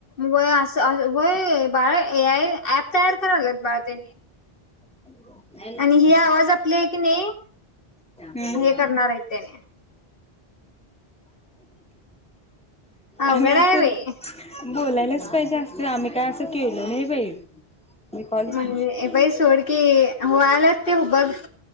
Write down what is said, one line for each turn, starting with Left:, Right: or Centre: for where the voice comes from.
Left: व्हय असं व्हय बाळा ए आय ऍप तयार करालात बाळा त्यांनी
Centre: ह्म्म
Left: आणि हे आवाज आपले आहे की नाही
Centre: <inaudible>
Left: हे करणार आहेत त्याने अवघड
Centre: आम्ही असच
Left: आहे बाई
Centre: बोलायलाच पाहिजे असं आम्ही काय असं केलं नाही बाई. मी कॉल झाला
Left: म्हणजे ए बाई सोडकीे व्हालात ते बघ